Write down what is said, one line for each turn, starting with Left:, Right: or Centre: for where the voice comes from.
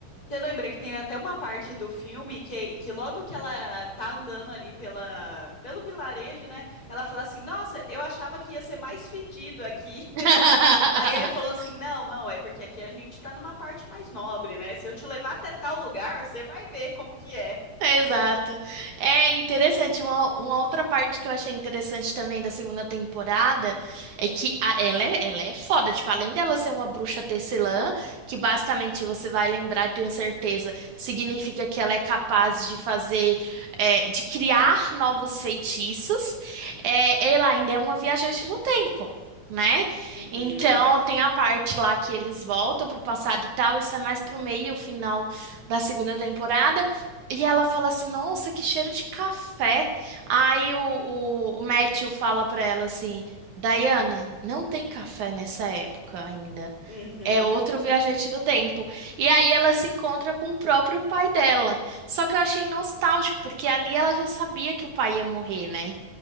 Left: Você lembra que tem até uma parte do filme que, que logo que ela tá andando ali pela, pelo vilarejo, né? Ela fala assim: Nossa, eu achava que ia ser mais fedido aqui. <laughs>
Right: <laughs>
Left: Aí ele falou assim: Não, não, é porque aqui a gente tá numa parte mais nobre, né? Se eu te levar até tal lugar, você vai ver como que é.
Right: É, Exato. É interessante. Uma, uma outra parte que eu achei interessante também da segunda temporada é que a- ela, é, ela é foda. Tipo, além dela ser uma bruxa tecelã, que basicamente você vai lembrar, tenho certeza, significa que ela é capaz de fazer, é, de criar novos feitiços, é, ela ainda é uma viajante no tempo. Né?
Left: Uhum,
Right: Então, tem a parte lá que eles voltam pro passado e tal, isso é mais pro meio, final da segunda temporada. E ela fala assim, nossa, que cheiro de café. Aí o, o, o Matthew fala pra ela assim, Diana, não tem café nessa época ainda.
Left: uhum.
Right: É outro viajante do tempo. E aí ela se encontra com o próprio pai dela. Só que eu achei nostálgico, porque ali ela já sabia que o pai ia morrer, né?